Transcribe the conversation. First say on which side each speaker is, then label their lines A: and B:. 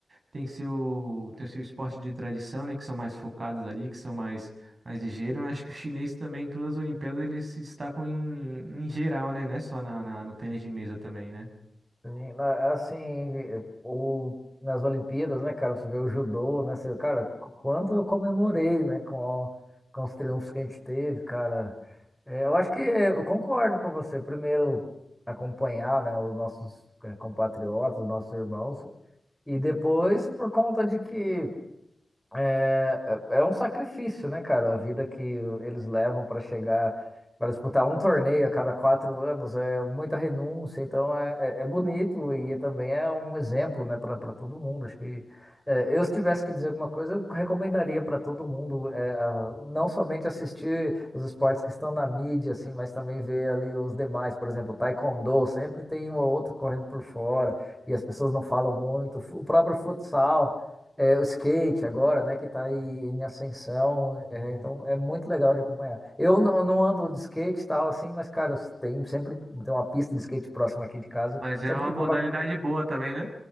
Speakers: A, on the right (about 50°); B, in the centre.
A: Tem seu, tem seu esporte de tradição, né? Que são mais focados ali, que são mais, mais ligeiros. Mas acho que o chinês também, em todas as Olimpíadas, eles se destacam em, em geral, né? Não é só na, na- no tênis de mesa também, né?
B: Sim, na- Assim, o, nas Olimpíadas, né, cara, você vê o judô, né, você, cara, qu- quanto eu comemorei, né, com, com os triunfos que a gente teve, cara. É, eu acho que é, eu concordo com você, primeiro acompanhar, né, os nossos é, compatriotas, os nossos irmãos, e depois por conta de que É, é é um sacrifício, né, cara? A vida que eles levam para chegar, para disputar um torneio a cada quatro anos, é muita renúncia. Então é, é- é bonito e também é um exemplo, né, para todo mundo. Acho que é, eu, se tivesse que dizer alguma coisa, eu recomendaria para todo mundo é, a- não somente assistir os esportes que estão na mídia, assim, mas também ver ali os demais. Por exemplo, Taekwondo, sempre tem um ou outro correndo por fora e as pessoas não falam muito. O próprio futsal. É, o skate agora, né, que tá aí em ascensão, é, então é muito legal de acompanhar. Eu não, não ando de skate e tal, assim, mas, cara, eu tenho sempre tem uma pista de skate próxima aqui de casa.
A: Mas é
B: Sempre
A: uma
B: que
A: modalidade
B: tem uma.
A: boa também, né?